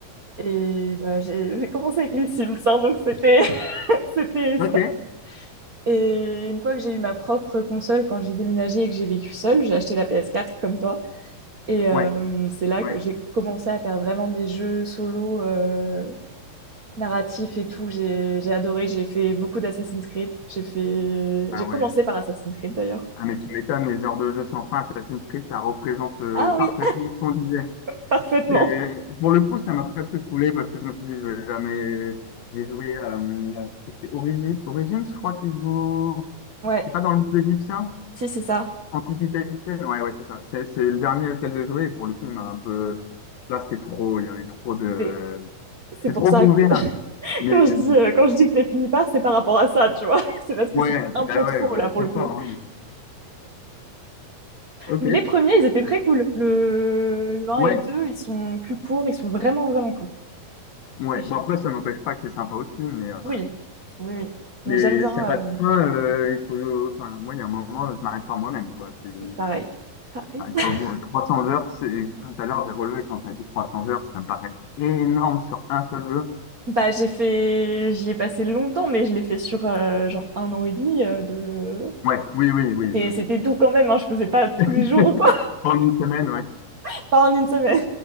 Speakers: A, on the right; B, on the left.
A: Et bah, j'ai j'ai commencé avec les Sims, hein, donc c'était <laughs> c'était
B: Ok.
A: ça. Et une fois que j'ai eu ma propre console, quand j'ai déménagé et que j'ai vécu seule, j'ai acheté la PS4 comme toi. Et euh,
B: Ouais.
A: c'est là
B: Ouais.
A: que j'ai commencé à faire vraiment des jeux solo euh, narratifs et tout. J'ai j'ai adoré, j'ai fait beaucoup d'Assassin's Creed. J'ai fait...
B: Ah
A: j'ai commencé
B: ouais.
A: par Assassin's Creed d'ailleurs.
B: Ah mais tu m'étonnes, les heures de jeu sans fin, Assassin's Creed, ça représente euh,
A: Ah oui,
B: parfaitement ce qu'on disait.
A: parfaitement.
B: Et pour le coup, ça m'a presque saoulé parce que je me suis dit, je vais jamais. J'ai joué. euh, c'était Origi- Origins, je crois qu'ils jouent.
A: Ouais,
B: C'est pas dans le monde égyptien?
A: si, c'est ça.
B: Antiquité égyptienne? Ouais, ouais, c'est ça. C'est c'est le dernier auquel j'ai joué. Et pour le coup, il m'a un peu. Là, c'était trop. Il y avait trop de.
A: C'est c'est
B: C'était
A: pour
B: trop
A: ça
B: ouvert.
A: que <laughs>
B: Mais.
A: quand je dis, euh, quand je dis que je les finis pas, c'est par rapport à ça, tu vois. <laughs> C'est parce que
B: Ouais,
A: c'est
B: ouais,
A: un
B: bah
A: peu trop
B: ouais, ouais,
A: là
B: ils
A: pour
B: sont
A: le coup.
B: forts. hein, mais- Ok.
A: Mais les premiers, ils étaient très cool. Le, le un
B: Ouais,
A: et le deux ils sont plus courts, ils sont vraiment, vraiment cool.
B: ouais.
A: Et j'ai-
B: Bon, après, ça n'empêche pas que c'est sympa aussi. Mais, euh,
A: Oui, oui, oui. Mais
B: mais
A: j'aime bien.
B: s'il n'y a pas
A: euh,
B: de fin, euh, il faut. Enfin, moi, il y a un moment, je m'arrête par moi-même, quoi. C'est-
A: Pareil. Pareil.
B: J'arrive
A: <laughs>
B: pas au bout. Et 300 heures, c'est, tout à l'heure, j'ai relevé quand t'as dit 300 heures, ça me paraît énorme sur un seul jeu.
A: Bah, j'ai fait... J'y ai passé longtemps, mais je l'ai fait sur euh, genre un an et demi euh, de...
B: Ouais, oui, oui, oui,
A: C'était,
B: je me
A: c'était
B: doute.
A: doux quand même, hein, je faisais pas tous
B: <laughs>
A: les jours ou quoi,
B: En une semaine, ouais.
A: <laughs> pas en une semaine.